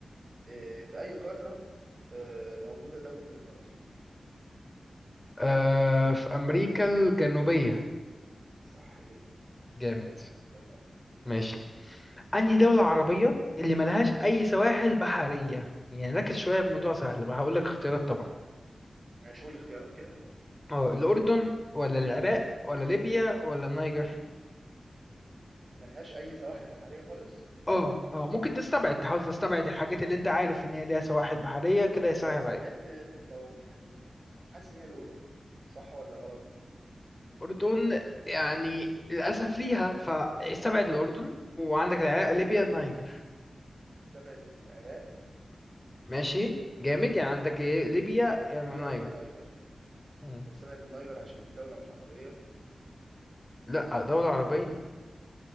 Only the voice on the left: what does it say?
آه، في امريكا الجنوبية
جامد
ماشي
انهي دولة عربية اللي ملهاش اي سواحل بحرية يعني ركز شوية بموضوع سهل بقى هقول لك اختيارات طبعا
اه الاردن ولا العراق ولا ليبيا ولا النيجر
اه اه ممكن تستبعد تحاول تستبعد الحاجات اللي انت عارف ان هي ليها سواحل بحرية كده
يسهل
عليك
أردن يعني للأسف ليها فاستبعد الأردن
وعندك العراق
ليبيا
النيجر
ماشي جامد يعني عندك إيه ليبيا يعني
النيجر
مم.
لا دولة عربية